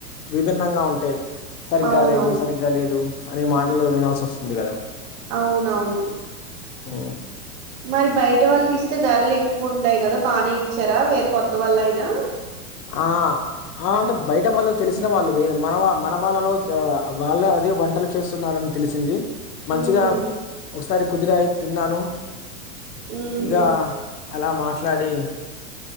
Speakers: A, on the left; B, on the right.
A: విభిన్నంగా ఉంటే సరిగ్గా
B: అవునవును
A: లేదు సరిగ్గా లేదు అనే మాటలు వినాల్సి వస్తుంది కదా
B: అవునవును
A: ఉ
B: మరి బయట వాళ్ళకి ఇస్తే ధరలు ఎక్కువ ఉంటయి కదా బాగానే ఇచ్చారా వేర్ కొత్త వాళ్ళు అయినా
A: ఆ ఆ అంటే బయట వాళ్ళు తెలిసిన వాళ్ళు వి మన వా మన వాళ్ళలో చ వాళ్ళే అదే వంటలు చేస్తున్నారని తెలిసింది మంచిగా
B: ఉహు
A: ఒకసారి కుదిరయ్ తిన్నాను
B: ఉహు
A: ఇక అలా మాట్లాడి